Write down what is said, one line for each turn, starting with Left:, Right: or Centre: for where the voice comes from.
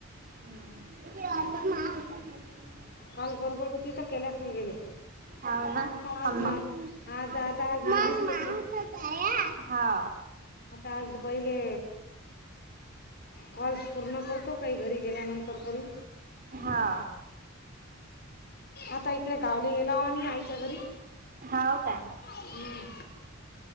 Right: हम <unintelligible>
Left: काल गरबड होती केल्यास नाही गेले.
Right: हो ना
Left: आता आज
Right: मंग
Left: ना आज आता आज नादीच तुटली
Right: मांग काया <unintelligible> हा.
Left: आता आज पहिले कॉल्स पूर्ण करतो काही घरी गेल्यानंतर तरी.
Right: हा.
Left: आता इकडे गावले येला आणि आयच्या घरी.
Right: हाव काय?
Left: हम्म.